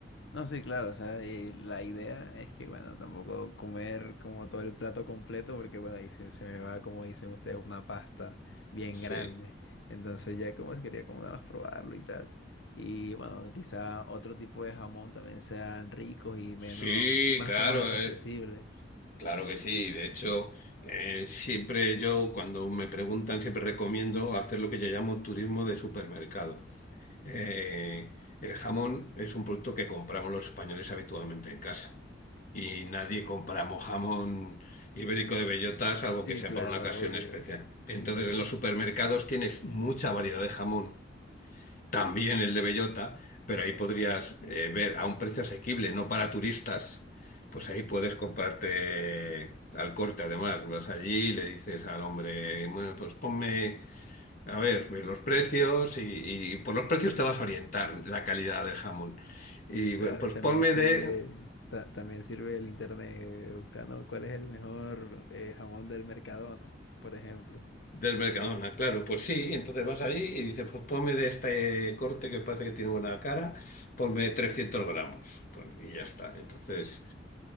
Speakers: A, on the left; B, on the left.
A: No, sí, claro, o sea, eh, la idea es que, bueno, tampoco comer como todo el plato completo, porque, bueno, ahí se, se me va, como dicen ustedes, una pasta bien
B: Sí.
A: grande. Entonces ya como se quería como nada más probarlo y tal. Y, bueno, quizá otro tipo de jamón también sean ricos y menos...
B: Sí,
A: y más
B: claro,
A: como accesibles.
B: eh, claro que sí. De hecho, eh, siempre yo, cuando me preguntan, siempre recomiendo hacer lo que yo llamo turismo de supermercado. Eh, el jamón es un producto que compramos los españoles habitualmente en casa. Y nadie compramos jamón ibérico de bellota, salvo
A: Sí,
B: que sea
A: claro,
B: por una ocasión
A: obvio.
B: especial. Entonces,
A: <laughs> Sí.
B: en los supermercados tienes mucha variedad de jamón, también el de bellota, pero ahí podrías eh, ver a un precio asequible, no para turistas. Pues ahí puedes comprarte al corte, además. Vas allí y le dices al hombre, bueno, pues ponme. A ver, ver los precios y, y por los precios te vas a orientar la calidad del jamón. Y
A: Sí, claro,
B: bueno, pues
A: y también
B: ponme
A: sirve,
B: de,
A: ta- también sirve el internet buscando cuál es el mejor eh, jamón del Mercadona, por ejemplo.
B: del Mercadona, claro, pues sí, entonces vas ahí y dices, pues ponme de este corte que parece que tiene buena cara, ponme 300 gramos, Pues, y ya está. Entonces